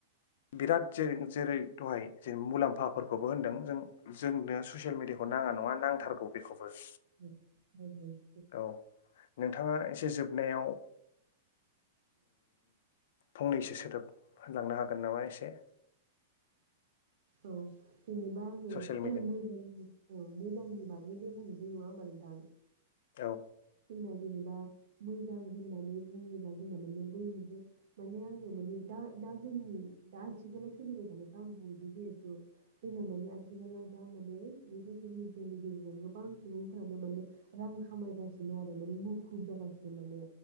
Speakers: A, on the left; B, on the right.
A: बिराद जेरै जेरै दहाय जे मुलाम्फाफोरखौबो होनदों जों जोंनो ससियेल मिडियाखौ नाङा नङा नांथारगौ बेखौबो
B: <unintelligible> <inaudible>
A: औ नोंथाङा एसे फोजोबनायाव फंनैसो सोदोब होलांनो हागोन नामा एसे
B: औ जेनेबा आङो
A: ससियेल
B: <unintelligible>
A: मिडियानि
B: <inaudible> मोजां मोनो बागैनो बुंनोसै नङा होमबा नोंथां
A: औ
B: जोंना जेनेबा मोजां होननानै बुङोबा जोंना माने बै मोनसे आङो माने दा दा जोंनि दा आथिखालाव सोलिबाय थानायखो आं बुंनोसै जिहेथु जोंना माने आथिखालाव दा माने बे ससेेल मिडियानि गेजेरजों गोबां सुबुंफ्रानो माने रां खामायासिनो बिदिनो आरो माने मुखुब जागासिनो माने